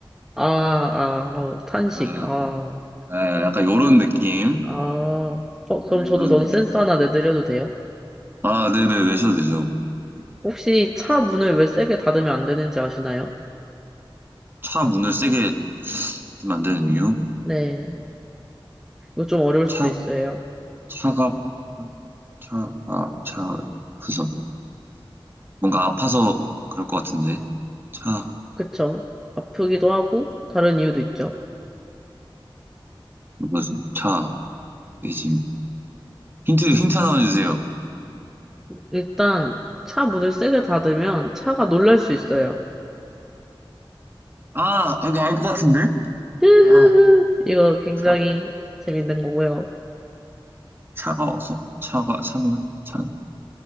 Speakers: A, in the centre; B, on the right.
A: 아, 아, 아우, 탄식.
B: 아,
A: 아,
B: 아, 약간 요런 느낌.
A: 아. 어,
B: 네,
A: 그럼 저도
B: 요런
A: 넌센스
B: 느낌.
A: 하나 내드려도 돼요?
B: 아, 네네, 내셔도 되죠.
A: 혹시 차 문을 왜 세게 닫으면 안 되는지 아시나요?
B: 차 문을 세게 닫으면 안 되는 이유?
A: 네. 이거 좀 어려울
B: 차,
A: 수도 있어요.
B: 차가, 차가, 차, 그래서, 뭔가 아파서 그럴 것 같은데. 차,
A: 그쵸. 아프기도 하고, 다른 이유도 있죠.
B: 뭐지? 차, 예짐. 힌트, 힌트 하나만 주세요.
A: 일단, 차 문을 세게 닫으면 차가 놀랄 수 있어요.
B: 아, 이거 알 것 같은데?
A: 흐흐흐.
B: 아,
A: 이거 굉장히
B: 차,
A: 재밌는 거고요.
B: 차가 어서? 차가, 차놀, 찬,